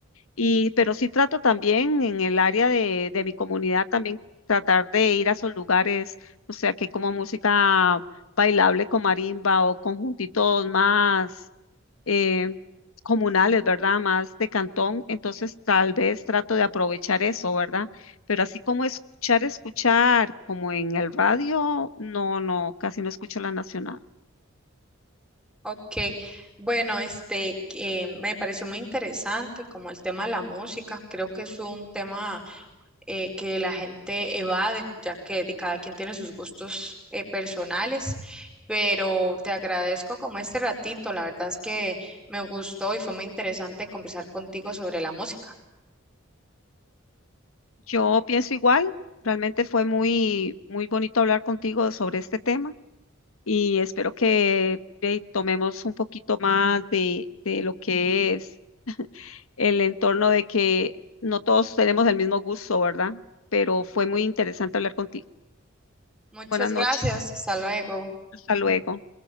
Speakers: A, on the left; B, in the centre.
A: Y, pero sí trato también en el área de, de mi comunidad también tratar de ir a esos lugares, o sea, que hay como música bailable con marimba o conjuntitos más eh, comunales, ¿verdad? Más de cantón. Entonces tal vez trato de aprovechar eso, ¿verdad? Pero así como escuchar, escuchar, como en el radio, no, no, casi no escucho la nacional.
B: Ok, bueno, este eh, me pareció muy interesante como el tema de la música. Creo que es un tema eh, que la gente evade, ya que de- cada quien tiene sus gustos eh, personales. Pero te agradezco como este ratito, la verdad es que me gustó y fue muy interesante conversar contigo sobre la música.
A: Yo pienso igual. Realmente fue muy, muy bonito hablar contigo sobre este tema. y espero que eh, tomemos un poquito más de, de lo que es el entorno de que no todos tenemos el mismo gusto, ¿verdad? Pero fue muy interesante hablar contigo.
B: Muchas
A: Buenas noches.
B: gracias, hasta luego.
A: Hasta luego.